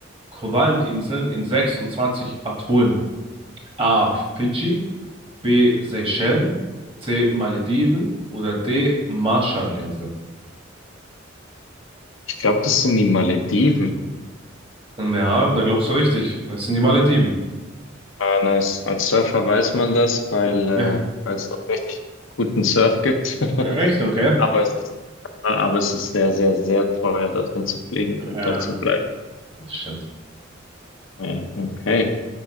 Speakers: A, on the right (about 25°); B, on the left (about 80°).
A: Koralleninseln in 26 Atollen? A. Fidschi, B. Seychellen, C. Malediven oder D. Marshallinseln?
B: Ich glaube, das sind die Malediven.
A: Ja, da glaubst du richtig. Das sind die Malediven.
B: Ah, nice. Als Surfer weiß man das, weil äh,
A: Ja.
B: weil es dort richtig guten Surf gibt. <laughs>
A: Echt? Okay.
B: Aber es ist, aber es ist sehr, sehr, sehr teuer, dorthin zu fliegen
A: Ja,
B: und dort zu bleiben.
A: das stimmt.
B: Ja, okay.